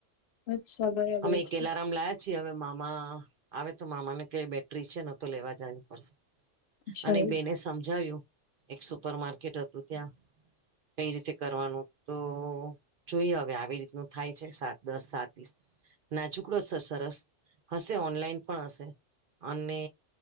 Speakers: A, on the left (about 65°); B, on the right (about 60°).
A: અચ્છા બરાબર
B: અમે કેલારામ
A: છે
B: લયા પછી હવે મામા આવે તો મામાને કઈ બેટરી છે ન તો લેવા જવીું પડશે
A: અચ્છા
B: અને
A: એ
B: બેને સમજાવ્યું એક સુપર માર્કેટ હતું ત્યાં કઈ રીતે કરવાનું તો જોઈએ હવે આવી રીતનું થાય સાત દસ સાતસ ના છુકડો છે સરસ હશે ઓનલાઈન પણ હશે અને